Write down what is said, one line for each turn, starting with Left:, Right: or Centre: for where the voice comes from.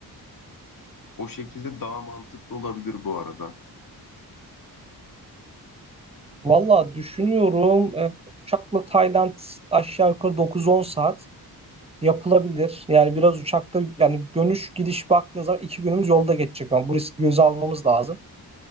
Left: O şekilde daha mantıklı olabilir bu arada.
Right: Valla düşünüyorum e, uçakla Tayland aşağı yukarı dokuz on saat yapılabilir. Yani biraz uçakta yani dönüş gidiş baktığınız zaman iki günümüz yolda geçecek ama bu riski göze almamız lazım.